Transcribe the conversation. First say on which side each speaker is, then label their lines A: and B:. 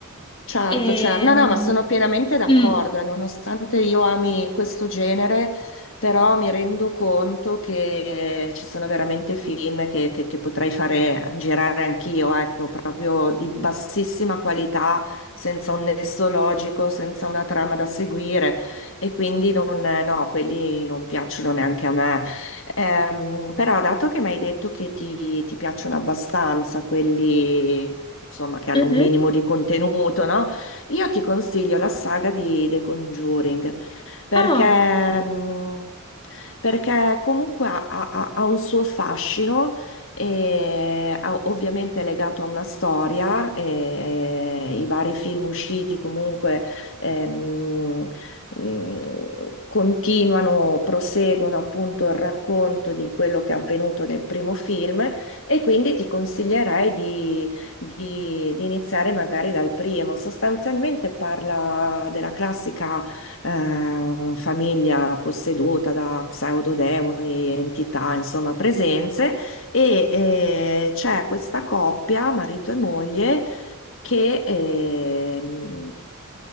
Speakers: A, on the left; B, on the left.
A: Certo,
B: Ehm,
A: certo, no, no, ma sono pienamente d'accordo
B: mm,
A: e nonostante io ami questo genere, però mi rendo conto che ci sono veramente film che, che- che potrei fare girare anch'io, ecco, proprio di bassissima qualità, senza un nesso logico, senza una trama da seguire e quindi non, no, quelli non piacciono neanche a me. Ehm, però dato che mi hai detto che ti, ti piacciono abbastanza quelli, insomma, che hanno
B: Mhm.
A: un minimo di contenuto, no? Io ti consiglio la saga di The Conjuring perché,
B: Ah,
A: mm, perché comunque ha, ha- ha un suo fascino. E ha- ovviamente è legato a una storia, e i vari film usciti comunque ehm, mh, continuano, proseguono appunto il racconto di quello che è avvenuto nel primo film e quindi ti consiglierei di, di- di iniziare magari dal primo. Sostanzialmente parla della classica eh, famiglia posseduta da pseudodemoni, entità, insomma presenze e eh, c'è questa coppia, marito e moglie che ehm,